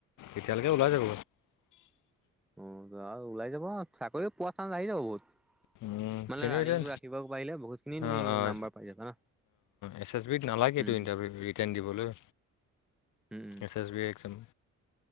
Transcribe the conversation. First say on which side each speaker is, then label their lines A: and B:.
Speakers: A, on the left; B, in the centre.
A: এতিয়ালৈকে ওলাই যাব।
B: অঁ আৰু ওলাই যাব চাকৰি পোৱা চান আহি যাব বহুত।
A: উম
B: মানে
A: কিন্ত
B: ৰানিংটো
A: এতিয়া।
B: ৰাখিব পাৰিলে বহুতখিনি তুমি
A: অঁ অঁ
B: নাম্বাৰ পাই যাবা না
A: এছ এছ বি ত নালাগে
B: উম
A: ইটাৰভিউ ৰিটেণ দিবলৈ।
B: উম,
A: এছ বি একজাম।